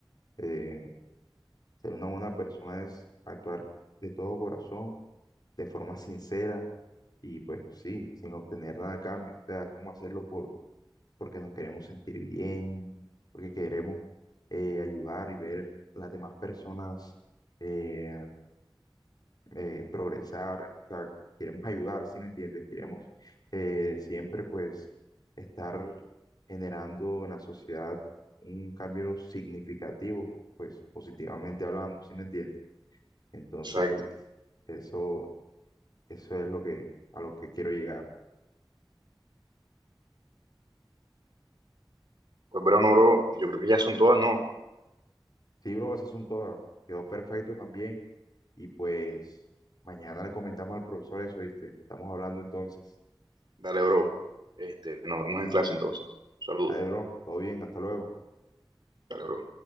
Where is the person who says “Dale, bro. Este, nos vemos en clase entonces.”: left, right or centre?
Right